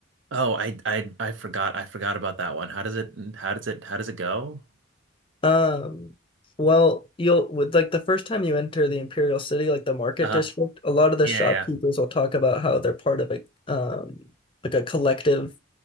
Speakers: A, on the right; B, on the left.
A: Oh, I I I forgot. I forgot about that one. How does it how does it how does it go?
B: Um, well, you'll, with like the first time you enter the Imperial City, like the market
A: Uh,
B: district, a lot of the
A: yeah,
B: shopkeepers
A: yeah. yeah.
B: will talk about how they're part of a, um, like a collective,